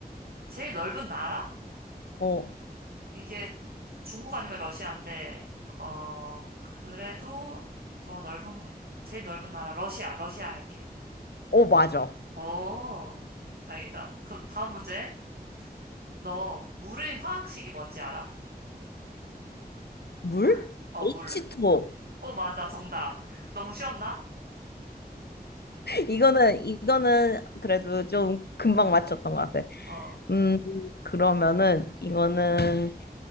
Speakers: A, on the right; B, on the left.
A: 제일 넓은 나라?
B: 어,
A: 이게 중국 아니면 러시아인데, 어, 그래도 더 넓은, 거- 제일 넓은 나라, 러시아, 러시아 할게.
B: 어, 맞아.
A: 오, 다행이다. 그럼 다음 문제. 너 물의 화학식이 뭔지 알아?
B: 물?
A: 물. 어,
B: H2O.
A: 물. 어, 맞아. 정답. <laughs> 너무 쉬웠나?
B: 이거는, 이거는 그래도 좀 금방 맞췄던 것 같아.
A: 어.
B: 음, 그러면은 이거는